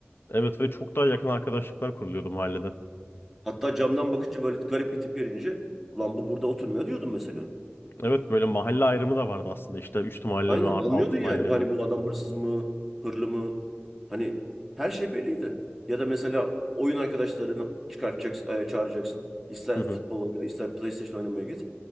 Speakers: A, on the left (about 60°); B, in the centre.
A: Evet ve çok daha yakın arkadaşlıklar kuruluyordu mahallede.
B: Hatta camdan bakınca böyle garip bir tip gelince lan bu burada oturmuyor diyordun mesela.
A: Evet böyle mahalle ayrımı da vardı aslında. işte üst mahalle
B: Aynen
A: mi, alt
B: anlıyordun yani
A: mahalle
B: bu
A: mi?
B: hani bu adam hırsız mı, hırlı mı? Hani her şey belliydi. Ya da mesela oyun arkadaşlarını çıkartacaksın, e, çağıracaksın. İster
A: <laughs>
B: futbol oyna, ister PlayStation oynamaya git.